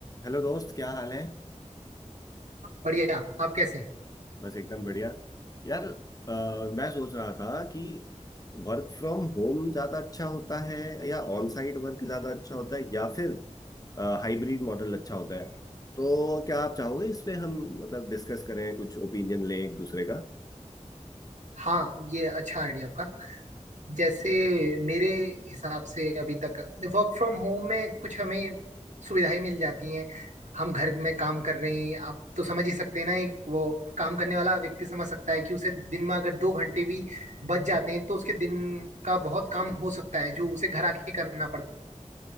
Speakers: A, on the left; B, on the right.
A: Hello दोस्त क्या हाल है
B: बढ़िया आप कैसे हैं
A: बस एकदम बढ़िया यार अ, मैं सोच रहा था कि वर्क फ्रॉम होम ज़्यादा अच्छा होता है या ऑन साइट वर्क ज़्यादा अच्छा होता है या फिर हाइब्रिड मॉडल अच्छा होता है तो क्या आप चाहोगे इस पे हम मतलब डिस्कस करें कुछ ओपिनियन लें एक दूसरे का
B: हाँ ये अच्छा आइडिया आपका जैसे मेरे हिसाब से अभी तक वर्क फ्रॉम होम में कुछ हमें सुविधाएं मिल जाती हैं हम घर में काम कर रहे हैं आप तो समझ ही सकते हैं ना एक वो काम करने वाला व्यक्ति समझ सकता है कि उसे दिन में अगर दो घंटे भी बच जाते हैं तो उसके दिन का बहुत काम हो सकता है जो उसे घर आके करना पड़ता